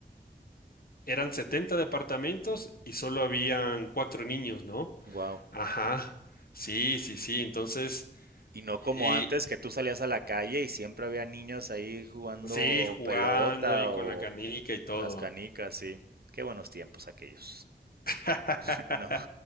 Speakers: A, on the left; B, on the right.
A: eran 70 departamentos y solo habían cuatro niños, ¿no?
B: wow.
A: Ajá, sí, sí, sí, entonces,
B: Y no como
A: y,
B: antes, que tú salías a la calle y siempre había niños ahí jugando
A: sí, jugando
B: pelota
A: y con
B: o,
A: la canica y todo.
B: Con las canicas, sí. Qué buenos tiempos aquellos.
A: <laughs>
B: <laughs> No,